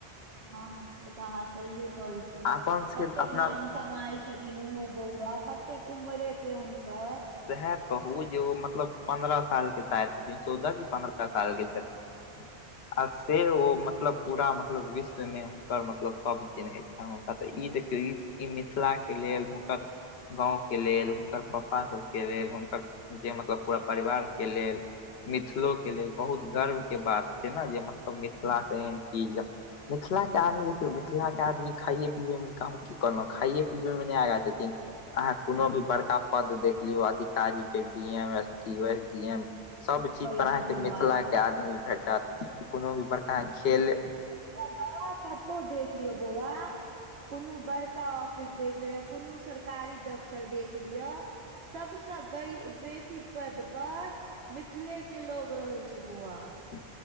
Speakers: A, on the right (about 80°); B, on the left (about 75°).
A: हँ से तऽ अहाँ सहिये कहै छी
B: अपन सबके
A: कतेक
B: अपना
A: नाम कमाई छ छथिन ओहो बौआ कतेक उमरे छै हुनकर
B: सेहै कहू जे ओ मतलब पन्द्रह सालके शायद छथिन चौदह की पन्द्रह साल के छथिन आ से ओ मतलब पूरा मतलब विश्वमे हुनकर मतलब सभ चिन्हइ छनि हुनका तऽ ई देखियौ ई ई मिथिला के लेल हुनकर गाँंव के लेल हुनकर पप्पा सब के लेल हुनकर जे मतलब पूरा परिवार के लेल मिथिलो के लेल बहुत गर्व के बात छै न जे मतलब मिथिला स एहन चीज मिथिला के आदमी देखियौ मिथिला के आदमी खाइए पीबे मे कम की कहलौं खाइए पीबै मे नै आगा छथिन अहाँ कोनो भी बड़का पद देख लियौ अधिकारी के डी एम, एस पी, <unintelligible> डी एम सभ चीज
A: कहै
B: पर
A: छी
B: अहाँके
A: बौआ
B: मिथिला के आदमी भेटत कोनो भी बड़का खेल
A: <unintelligible> कतौ देख लियौ बौआ कोनो बड़का ऑफिस देख लेबै या कोनो सरकारी दफ तर देख लिय सबस बे बेसी पदपर मिथिले के लोग रहै छै बौआ।
B: <inaudible>